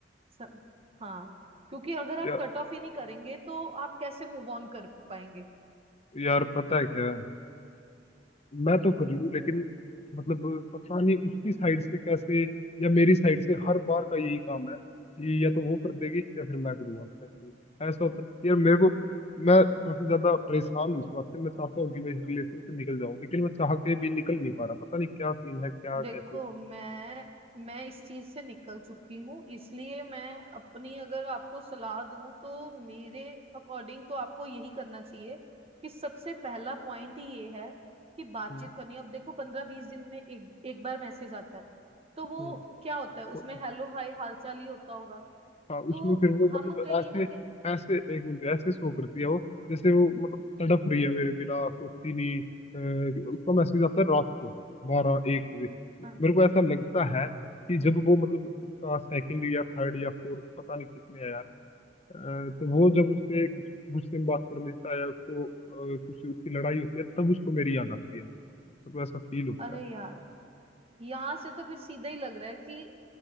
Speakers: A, on the right (about 35°); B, on the left (about 35°).
A: सब हाँ क्योंकि अगर आप
B: या,
A: कट ऑफ ही नहीं करेंगे तो आप कैसे मूव ऑन कर पाएंगे
B: यार पता है क्या मैं तो कर लूँ लेकिन मतलब पता नहीं उसकी साइड से कैसे या मेरी साइड से हर बार का यही काम है कि या तो वो कर देगी या फिर मैं करूँगा ऐसे ऐसा होता यार मेरे को मैं काफी ज्यादा परेशान हूँ इस बात से मैं चाहता हूँ कि मैं इस रिलेशन से निकल जाऊँ लेकिन मैं चाह के भी निकल नहीं पा रहा पता नहीं क्या सीन है क्या कैसे
A: देखो मैं मैं इस चीज से निकल चुकी हूँ इसलिए मैं अपनी अगर आपको सलाह दूं तो मेरे अकॉर्डिंग तो आपको यही करना चाहिए कि सबसे पहला पॉइंट ही ये है कि बातचीत
B: हम्म
A: करनी है। अब देखो पंद्रह बीस दिन में एक एक बार मैसेज आता है तो
B: हम्म।
A: वो क्या होता है
B: तो
A: उसमें हेलो हाय हालचाल ही होता होगा
B: हाँ
A: तो
B: उसमें फिर वो
A: हम
B: मतलब
A: कहीं
B: ऐसे
A: ना कहीं
B: ऐसे एक मिनट ऐसे शो करती है वो जैसे वो मतलब तड़प रही है मेरे बिना सोचती नहीं अ, उसका मैसेज आता है रात को बारह एक बजे
A: हाँ,
B: मेरे को ऐसा लगता है कि जब वो मतलब उसका सेकंड या थर्ड या फोर्थ पता नहीं कितने है यार अ, तो वो जब उससे कुछ कुछ दिन बात कर लेता है या उसको अ, कुछ उसकी लड़ाई होती है तब उसको मेरी याद आती है मेरे को ऐसा फील होता
A: अरे यार यहां से तो फिर सीधा ही लग रहा है कि